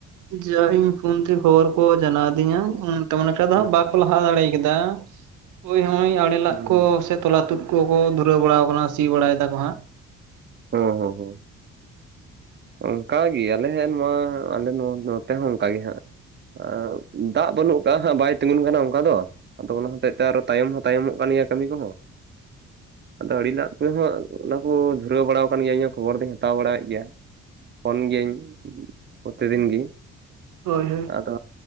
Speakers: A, on the right; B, on the right.
A: ᱡᱟ ᱤᱧ ᱯᱷᱳᱱ ᱛᱮ ᱠᱷᱚᱵᱚᱨ ᱠᱚ ᱡᱟᱱᱟᱣ ᱟᱫᱤᱧᱟ ᱚᱱᱠᱟ ᱫᱚ
B: ᱦᱩᱸ
A: ᱦᱟᱸᱜ ᱵᱟᱠᱚ ᱞᱟᱦᱟ ᱫᱟᱲᱮ ᱠᱟᱫᱟ ᱳᱭ ᱦᱚᱸᱭ ᱟᱲᱮ ᱞᱟᱜ
B: ᱦᱩᱸ
A: ᱠᱚ
B: ᱦᱩᱸ
A: ᱥᱮ ᱛᱚᱞᱟ ᱛᱩᱫ ᱠᱚᱠᱚ ᱫᱷᱩᱨᱟᱹᱣ ᱵᱟᱲᱟᱣ ᱠᱟᱱᱟ ᱥᱤ ᱵᱟᱲᱟᱭ ᱫᱟᱠᱚ ᱦᱟᱸᱜ
B: ᱦᱩᱸ ᱦᱩᱸ ᱦᱩᱸ ᱚᱱᱠᱟ ᱜᱮ ᱟᱞᱮ ᱱᱚᱶᱟ ᱟᱞᱮ ᱱᱚᱶᱟ ᱱᱚᱛᱮ ᱦᱚᱸ ᱚᱱᱠᱟ ᱜᱮ ᱦᱟᱸᱜ ᱟᱸᱜ ᱫᱟᱜ ᱵᱟᱹᱱᱩᱜ ᱠᱟᱜᱼᱟ ᱦᱟᱸᱜ ᱵᱟᱭ ᱛᱤᱸᱜᱩᱱ ᱠᱟᱱᱟ ᱚᱱᱠᱟ ᱫᱚ ᱟᱫᱚ ᱚᱱᱟ ᱦᱚᱛᱮᱡ ᱛᱮ ᱟᱨᱚ ᱛᱟᱭᱚᱢ ᱦᱚᱸ ᱛᱟᱭᱚᱢᱚᱜ ᱠᱟᱱ ᱜᱮᱭᱟ ᱠᱟᱹᱢᱤ ᱠᱚᱦᱚᱸ ᱟᱹᱰᱤ ᱞᱟᱜ ᱠᱚᱦᱚᱸ ᱚᱱᱟ ᱠᱩᱫ ᱫᱷᱩᱨᱟᱹᱣ ᱵᱟᱲᱟᱣ ᱠᱟᱱ ᱜᱮᱭᱟᱹᱧ ᱤᱧ ᱦᱚᱸ ᱠᱷᱚᱵᱚᱨ ᱫᱚᱧ ᱦᱟᱛᱟᱣ ᱵᱟᱲᱟᱭᱮᱫ ᱜᱮᱭᱟ, ᱯᱷᱳᱱ ᱜᱮᱭᱟᱹᱧ ᱯᱚᱨᱮᱛᱮ ᱫᱤᱱ ᱜᱮ
A: ᱦᱳᱭ ᱦᱳᱭ
B: ᱟᱫᱚ,